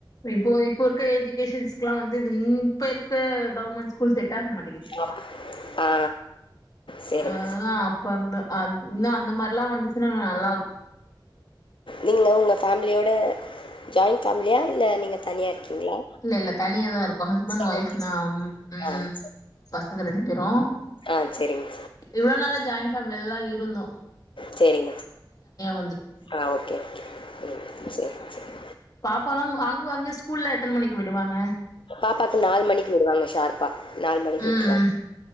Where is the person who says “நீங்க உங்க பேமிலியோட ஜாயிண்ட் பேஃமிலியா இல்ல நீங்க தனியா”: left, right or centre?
Left